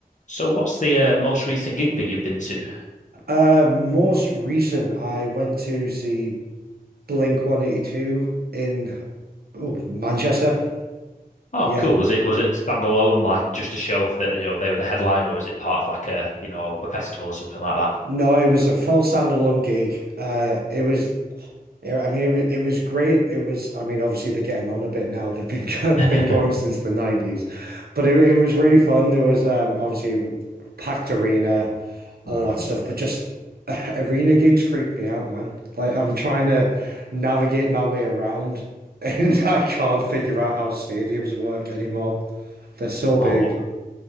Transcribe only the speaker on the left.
So, what's the uh, most recent gig that you've been to?
Oh,
cool. Was it was it standalone, like just a show that you know they were the headline, or was it part of like a you know a festival or something like
that?
<laughs>
Hmm.
Oh, wh